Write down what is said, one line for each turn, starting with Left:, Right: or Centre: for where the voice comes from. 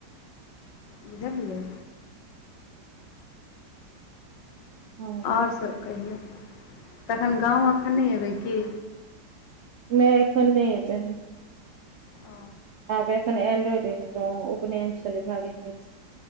Left: बुझलियै
Right: हूँ हूँ
Left: आओर सब कहियौ तहन गाँव एखन नहि एबै की
Right: नहि एखन नहि एबै हम
Left: ओ
Right: आब एखन आयलो रही गांव उपनयन छलै भागिन के